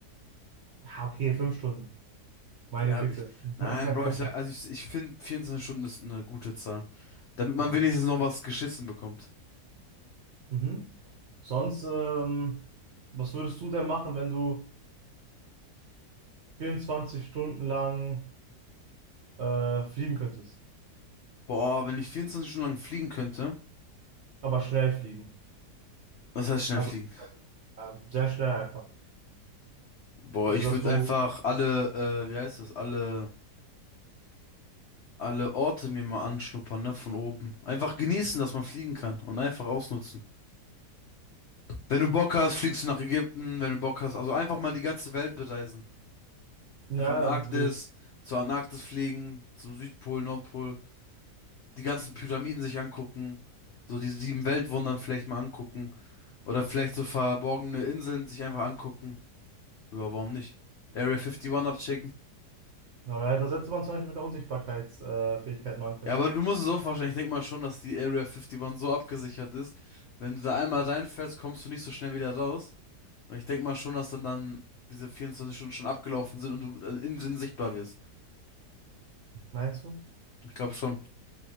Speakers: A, on the right; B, on the left.
A: Ah okay, fünf Stunden. Meine
B: Ja,
A: Güte.
B: ich,
A: <laughs>
B: nein, Bro, ich sag, also ich, ich finde 24 Stunden ist eine gute Zahl. Damit man
A: Ja.
B: wenigstens noch was geschissen bekommt.
A: Mhm. Sonst, ähm, was würdest du denn machen, wenn du 24 Stunden lang äh, fliegen könntest?
B: Boah, wenn ich 24 Stunden lang fliegen könnte,
A: Aber schnell fliegen.
B: was heißt schnell
A: Also
B: fliegen?
A: äh, sehr schnell einfach.
B: Boah,
A: Sodass
B: ich würde
A: du,
B: einfach alle, äh, wie heißt das, alle alle Orte mir mal anschnuppern, ne, von oben. Einfach genießen, dass man fliegen kann und einfach ausnutzen. Wenn du Bock hast, fliegst du nach Ägypten, wenn du Bock hast. Also einfach mal die ganze Welt bereisen.
A: ja,
B: Nach Antarktis,
A: würde ich,
B: zur Antarktis fliegen, zum Südpol, Nordpol. Die ganzen Pyramiden sich angucken. So die sieben Weltwundern vielleicht mal angucken. Oder vielleicht so verborgene Inseln sich einfach angucken. Ja, warum nicht? Area 51 abchecken.
A: aber das hätte man zum Beispiel mit der Unsichtbarkeitsfähigkeit äh, Fähigkeit machen können.
B: Ja, aber du musst es so vorstellen. Ich denke mal schon, dass die Area 51 so abgesichert ist. Wenn du da einmal reinfällst, kommst du nicht so schnell wieder raus. Und ich denke mal schon, dass dann dann diese 24 Stunden schon abgelaufen sind und du äh, innen drin sichtbar wirst.
A: Meinst du?
B: Ich glaube schon.